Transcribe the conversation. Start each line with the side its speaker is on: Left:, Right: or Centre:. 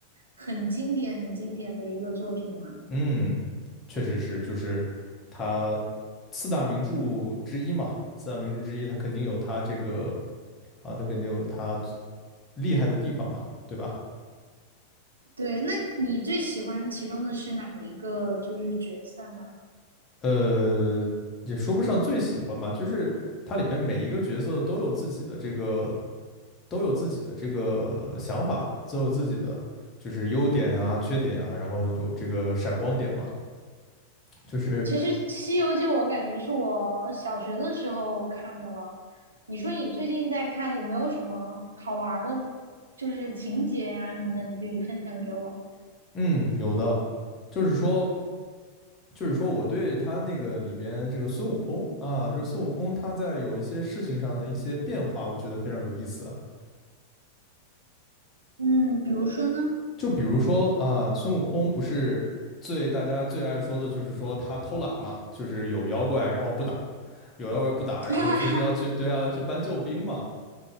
Right: 很经典、很经典的一个作品嘛。
Left: 嗯，确实是，就是它四大名著之一嘛，四大名著之一，它肯定有它这个啊，它肯定有它厉害的地方嘛，对吧？
Right: 对，那你最喜欢其中的是哪一个就是角色呢？
Left: 呃，也说不上最喜欢吧，就是它里边每一个角色都有自己的这个都有自己的这个想法，都有自己的就是优点啊、缺点啊，然后有这个闪光点嘛，就是
Right: 其实《西游记》我感觉是我小学的时候看的了。你说你最近在看，有没有什么好玩儿的，就是情节呀、什么的，你可以分享给我。
Left: 嗯，有的，就是说。就是说，我对他那个里边这个孙悟空啊，这孙悟空他在有一些事情上的一些变化，我觉得非常有意思。
Right: 嗯，比如说呢？
Left: 就比如说啊，孙悟空不是最大家最爱说的就是说他偷懒嘛，就是有妖怪然后不打，有妖怪不打，然后就是要去对啊要去搬救兵嘛。
Right: <laughs>